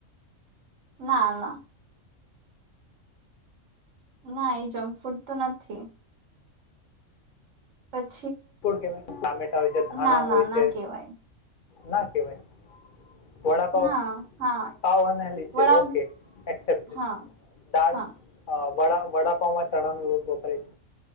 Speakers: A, on the right; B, on the left.
A: ના ના. ના એ જંકફૂડ તો નથી. <inaudible>
B: કેય ટામેટા હોય છે ધાણા
A: ના ના
B: હોય
A: ના
B: છે.
A: કેવાય
B: ના કેવાય વડાપાવ
A: ના હા
B: પાવ હનાલી છે
A: વડા
B: ઓકે એક્સેપ્ટ
A: હા
B: દાળ
A: હા
B: અ વડા વડાપાવમાં ચણાનુ રોટલો કરીશ